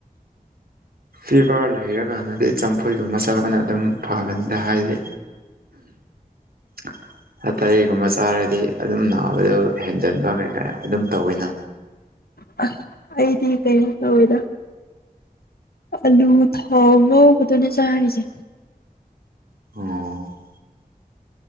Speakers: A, on the right; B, on the left.
A: ꯐꯤꯚꯔ ꯂꯩꯔꯀꯥꯟꯗꯗꯤ ꯆꯝꯐꯨꯠꯒꯨꯝꯕ ꯆꯥꯕꯅ ꯑꯗꯨꯝ ꯐꯕꯅꯤꯗ ꯍꯥꯏꯗꯤ <unintelligible> ꯑꯇꯩꯒꯨꯝꯕ ꯆꯥꯔꯗꯤ ꯑꯗꯨꯝ ꯅꯥꯕꯗꯣ ꯍꯦꯟꯖꯟꯕ ꯀꯩꯀꯥ ꯑꯗꯨꯝ ꯇꯧꯋꯤꯅ
B: ꯑ ꯑꯩꯗꯤ ꯀꯩꯅꯣ ꯇꯧꯏꯗ ꯑꯥꯂꯨ ꯊꯥꯎ ꯉꯧꯕꯗꯨꯅ ꯆꯥꯔꯤꯁꯦ
A: ꯑꯣ